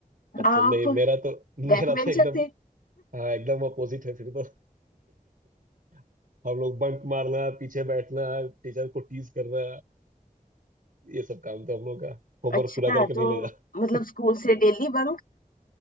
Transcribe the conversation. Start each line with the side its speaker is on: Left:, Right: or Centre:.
Right: अच्छा
Left: आप
Right: नहीं मेरा तो मेरा
Left: बैक
Right: तो
Left: बेंचर
Right: एकदम
Left: थे
Right: हाँ एकदम अपोजिट है फिर तो <laughs> हम लोग बंक मारना पीछे बैठना टीचर को टीज करना ये सब काम तो हम लोग का होमवर्क
Left: अच्छा
Right: पूरा करके नहीं
Left: तो
Right: ले जाना
Left: मतलब
Right: <laughs>
Left: स्कूल से डेली बंक